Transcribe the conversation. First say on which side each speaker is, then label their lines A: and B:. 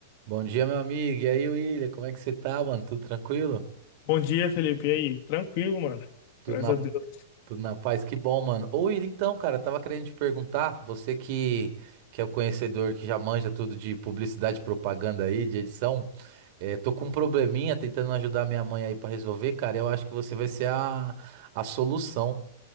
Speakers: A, on the right; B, on the left.
A: Bom dia, meu amigo. E aí, William, como é que você tá, mano? Tudo tranquilo?
B: Bom dia, Felipe. E aí? Tranquilo, mano.
A: Tudo
B: Graças
A: na,
B: a Deus.
A: tudo na paz? Que bom, mano. Ô, William, então, cara, eu tava querendo te perguntar, você que, que é o conhecedor que já manja tudo de publicidade, propaganda aí, de edição, eh, tô com um probleminha tentando ajudar minha mãe aí pra resolver, cara. Eu acho que você vai ser a, a solução.